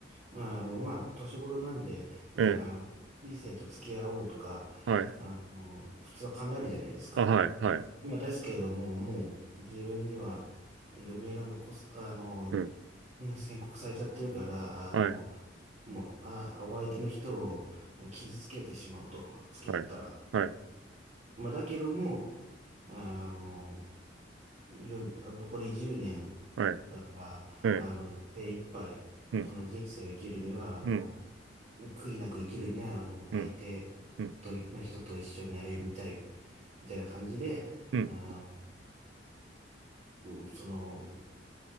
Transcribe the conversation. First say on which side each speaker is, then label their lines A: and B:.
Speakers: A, on the right; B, on the right.
A: まあ、あの、まあ、年頃なんで、ね、
B: ええ
A: あの、異性と付き合おうとか、
B: はい。
A: あの、普通は考えるじゃないですか。
B: あ、はい。はい。
A: まあ、ですけれども、もう自分には余命が残す、あの、
B: うん。
A: うん宣告されちゃってるから、あの、
B: はい。
A: もう、あ、お相手の人を傷つけてしまうと、付き合ったら。
B: はい。はい。
A: まあ、だけども、あの、よ、残り10年だか
B: はい。ええ
A: ら、あの、精一杯、
B: うん。
A: この人生を生きるには、あの、
B: うん。
A: 悔いなく生きるには、あの、相手
B: うん。うん。
A: と、の人と一緒に歩みたい、みたいな感じで、
B: うん。
A: あの、うんその、